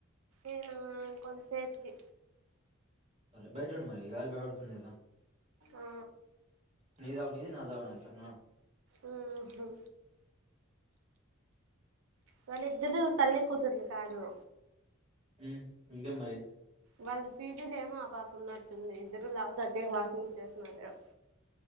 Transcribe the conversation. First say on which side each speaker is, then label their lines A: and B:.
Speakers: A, on the right (about 85°); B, on the right (about 30°).
A: ఏనా కొంచం సేఫ్టీ
B: సరే బయట ఉండి మరి ఈ గాలి బ ద
A: ఆ
B: నీదావు నీది. నాదావు నాది సరే నా
A: మ్ హ్ వాళ్ళిద్దరు తల్లి కూతుర్లు కాదు
B: హ్మ్ ఇంకేం మరి
A: వాళ్ళ పీజీలేమో ఆ పాప ఉన్నట్టుంది ఇద్దరు లావు తగ్గ వాకింగ్ చేస్తున్నారు.